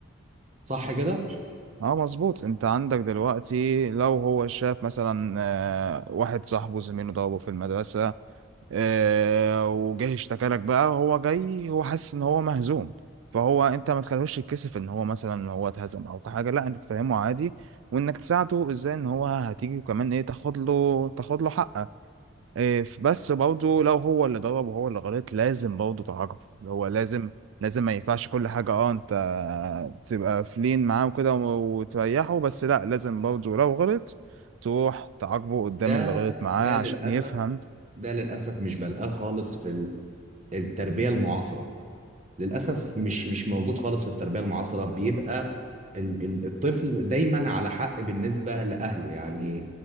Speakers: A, on the right; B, on the right.
A: صح كده
B: اه مظبوط انت عندك دلوقتي لو هو شاف مثلا آه، واحد صاحبه زميله ضربه في المدرسة آه، وجاي اشتكى لك بقى هو جاي هو حاسس ان هو مهزوم فهو انت ما تخلوش يتكسف ان هو مثلا ان هو اتهزم او حاجه لا انت تفهمه عادي وانك تساعده ازاي ان هو هتيجي وكمان ايه تاخد له تاخد له حقه إيه ف- بس برضه لو هو اللي ضرب وهو اللي غلط لازم برضه تعاقبه اللي هو لازم لازم ما ينفعش كل حاجه اه انت تبقى فلين معاه وكده و- وتريحه بس لا لازم برضه لو غلط تروح تعاقبه قدام
A: ده
B: اللي غلط معاه
A: ده للاسف
B: عشان يفهم
A: ده للاسف مش بلقاه خالص في ال- التربية المعاصرة للاسف مش مش موجود خالص في التربيه المعاصره بيبقى ال- ال- الطفل دايما على حق بالنسبه لاهله يعني